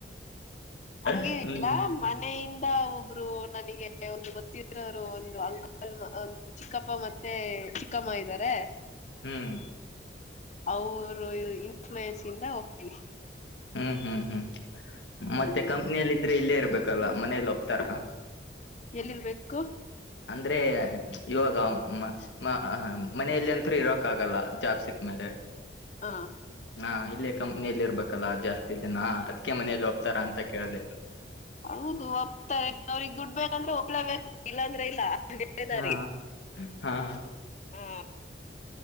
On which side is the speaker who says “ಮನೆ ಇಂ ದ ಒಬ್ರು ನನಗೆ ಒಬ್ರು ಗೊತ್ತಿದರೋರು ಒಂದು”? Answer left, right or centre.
Left